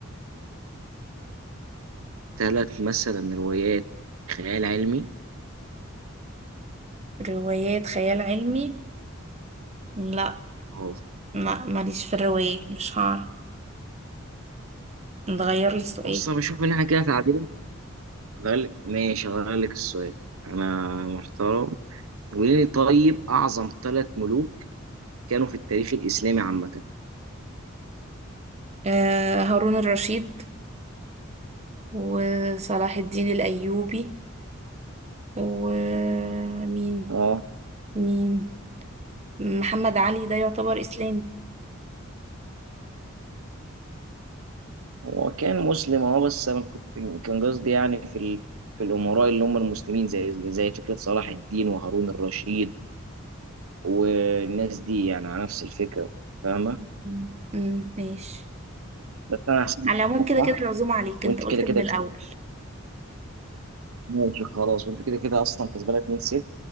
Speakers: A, on the right; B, on the right.
A: ثلاث مثلا روايات خيال علمي
B: روايات خيال علمي لا
A: اهو
B: ما ماليش في الروايات مش هعرف نغير لي السؤال
A: بص انا بشوف ان احنا كده تعادل هغير لك ماشي هغير لك السؤال انا محترم قولي لي طيب اعظم ثلاث ملوك كانوا في التاريخ الاسلامي عامه
B: آه هارون الرشيد وصلاح الدين الأيوبي ومين
A: اه
B: مين محمد علي ده يعتبر إسلامي
A: هو كان مسلم اه بس انا كنت كان قصدي يعني في ال... في الامراء اللي هم المسلمين زي زي فكره صلاح الدين وهارون الرشيد والناس دي يعني على نفس الفكره فاهمه
B: مم، مم، ماشي
A: بس انا هسيبك
B: على
A: تشتغل
B: العموم كده
A: صح
B: كده العزومة عليك
A: وانت
B: انت قلت
A: كده كده
B: من الأول
A: كسبت ماشي خلاص وانت كده كده اصلا كسبانه 2 0